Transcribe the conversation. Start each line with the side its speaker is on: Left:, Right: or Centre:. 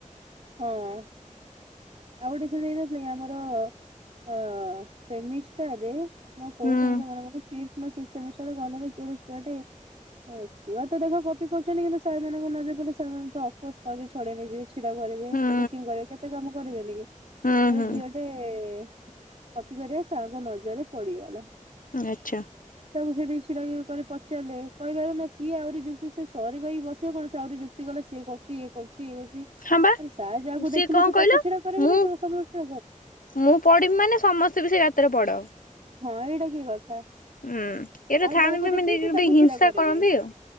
Right: ହଁ। ଆଉ ଗୋଟେ ସେ ହେଇନଥିଲା ଆମର ଅ ସେମିଷ୍ଟାରରେ। ମୋର କୋଉ
Left: ହୁଁ
Right: ସେମିଷ୍ଟର ମନେ ପଡୁନି ଫିଫଥ ନା ସିକ୍ସଥ ସେମିଷ୍ଟର ରେ ଗଲା ଯେ କେଡ଼େ ଛୁଆଟେ। ଏ ଛୁଆ ତ ଦେଖ କପି କରୁଛନ୍ତି କିନ୍ତୁ ସାରମାନଙ୍କ ନଜର ପଡିଲେ ସାରମାନେ ତ ଅଫକୋର୍ସ କହିବେ ଛଡେଇ ନେଇଯିବେ। ଛିଡା କରିବେ
Left: ହୁଁ
Right: ଚେକିଂ କରିବେ କେତେ କାମ କରିବେନି କି
Left: ହୁଁ
Right: ଗୋଟେ
Left: ହୁଁ
Right: ଝିଅ ଟେ- କପି କରିବା ସାର୍ ଙ୍କ ନଜରରେ ପଡିଗଲା।
Left: ଆଚ୍ଛା।
Right: ରିସ୍କ ରହିବ କି ପଚାରିଲେ କହିବାରୁ ନା ସିଏ ଆହୁରି ଯୁକ୍ତି ସେ ସରି କହିକି ବସିବେ କଣ ସେ ଆହୁରି ଯୁକ୍ତି କଲା ସ- ଇ କରୁଛି ଇଏ କରୁଛି ଇଏ କରୁଛି
Left: ହଁ ବା
Right: ଆରେ ସାର୍ ଯାହାକୁ
Left: ସିଏ
Right: ଦେଖିଲେ
Left: କଣ
Right: ସେ
Left: କହିଲ
Right: ତାକୁ ଛିଡା କରିବି
Left: ମୁଁ
Right: ନା ସମସ୍ତଙ୍କୁ -
Left: ମୁଁ ପଡିବି ମାନେ ସମସ୍ତେ ବି ସେ ଗାତରେ ପଡ।
Right: ହଁ ଏଇଟା କି କଥା
Left: ହୁଁ ଏଇଟା
Right: ସାର୍
Left: ଥାଆନ୍ତି
Right: ଯାହାକୁ
Left: ବି
Right: ଦେଖିବେ
Left: ମାନେ
Right: ସେ
Left: ଗୋଟେ
Right: ତାକୁ
Left: ହିଂସା
Right: ଛିଡା କରିବେ।
Left: କରନ୍ତି ଆଉ